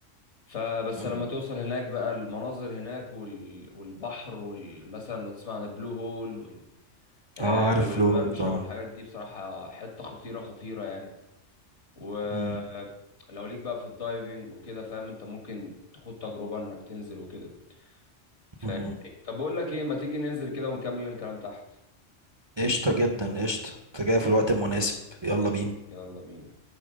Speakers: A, on the left; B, on the right.
A: فبس
B: مم.
A: لما توصل هناك بقى المناظر هناك وال... والبحر وال... مثلا لو تسمع عن البلو هول وال... آه
B: اه عارف
A: والممشى
B: له طبعا
A: والحاجات دي بصراحة حتة خطيرة خطيرة يعني ولو
B: مم.
A: ليك بقى في الدايفنج وكده فاهم انت ممكن تاخد تجربة انك تنزل وكده فاهم
B: مم.
A: طب بقول لك ايه ما تيجي ننزل كده ونكمل الكلام تحت
B: قشطة جدا قشطة أنت جاي
A: قشطة
B: في الوقت المناسب يلا بينا
A: يلا بينا